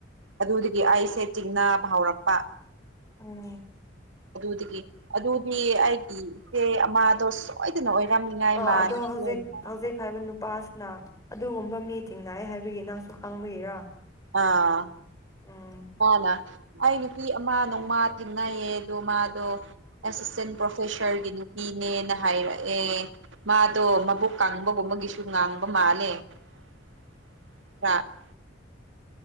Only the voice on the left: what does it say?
ꯎꯝ
ꯑ
ꯑꯗꯣ
ꯍꯧꯖꯤꯛ ꯍꯧꯖꯤꯛ ꯍꯥꯏꯕ ꯅꯨꯄꯥꯁꯤꯅ ꯑꯗꯨꯒꯨꯝꯕ ꯃꯤ ꯊꯤꯡꯅꯌꯦ ꯍꯥꯏꯕꯒꯤ ꯅꯪꯁꯨ ꯈꯥꯡꯕꯒꯤꯔꯥ
ꯎ